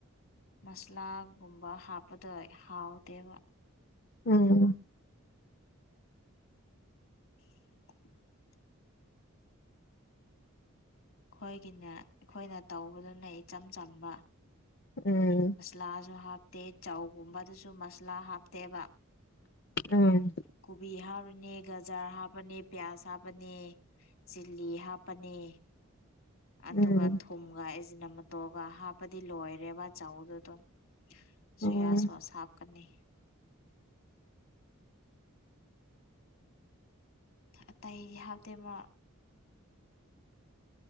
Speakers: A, on the left; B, on the left.
A: ꯃꯁꯂꯥꯒꯨꯝꯕ ꯍꯥꯞꯄꯗꯣ ꯍꯥꯎꯇꯦꯕ
B: ꯎꯝ
A: <inaudible> ꯑꯩꯈꯣꯏꯒꯤꯅ ꯑꯩꯈꯣꯏꯅ ꯇꯧꯕꯗꯨꯅ ꯏꯆꯝ ꯆꯝꯕ
B: ꯎꯝ
A: ꯂꯥꯁꯨ ꯍꯥꯞꯇꯦ ꯆꯧꯒꯨꯝꯕꯗꯨꯁꯨ ꯃꯁꯂꯥ ꯍꯥꯞꯇꯦꯕ
B: ꯎꯝ
A: ꯀꯣꯕꯤ ꯍꯥꯞꯄꯅꯤ ꯒꯖꯥꯔ ꯍꯥꯞꯄꯅꯤ ꯄꯤꯌꯥꯖ ꯍꯥꯞꯄꯅꯤ ꯆꯤꯂꯤ ꯍꯥꯞꯄꯅꯤ ꯑꯗꯨꯒ
B: ꯎꯝ
A: ꯊ ꯀꯨꯝꯒ ꯑꯩꯖꯅꯃꯇꯣꯒ ꯍꯥꯞꯄꯗꯤ ꯂꯣꯏꯔꯦꯕ ꯆꯧꯎꯗꯨ ꯑꯗꯨꯝ
B: ꯎꯝ
A: ꯁꯣꯌꯥ ꯁꯣꯁ ꯍꯥꯞꯀꯅꯤ ꯑꯇꯩꯗꯤ ꯍꯥꯞꯇꯦ ꯃꯥ